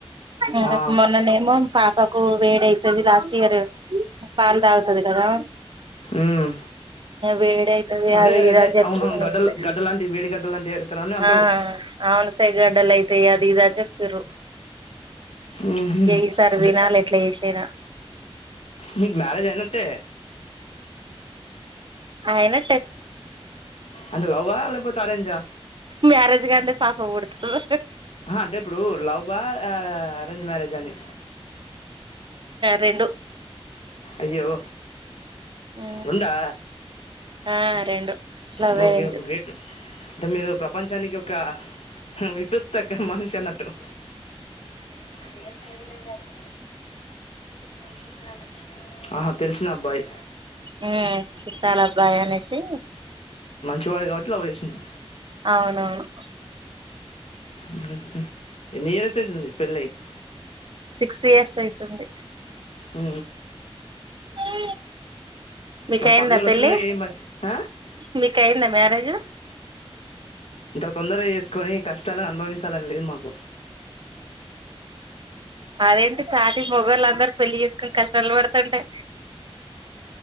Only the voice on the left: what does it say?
ఆ
ఉమ్
అదే
అదే
అవునవును
గడ్డలు గడ్డ లాంటివి వేడి గడ్డ లాంటివి అవుతారని అంటారు
ఉహు
అదే
మీకు మ్యారేజ్ అయినట్టే
అంటే లవ్వా లేకపోతే అరెంజా
అంటే ఇప్పుడు లవ్ అరెంజ్ మ్యారేజ్ అని
అయ్యో
రెండా
మా
ఉ గ్రేట్ అంటే మీరు ప్రపంచానికి ఒక విప్క్త మనిషి అన్నట్టు టు అదేం లేదు లే గాని చుట్టాలు ఆహా తెలిసిన అబ్బాయి్
చివాడు కాబట్టి లవ్ చేసిాంది
ఉహూ ఎన్ని ఇయర్ తుంది పెళ్లి అయ్యి
ఉ
మరి
పండుగలు
వస్తున్నాయి ఏం మరి ఆ?
తొందర చేసుకొని కష్టాల అనుభవించాలని లేదు మాకు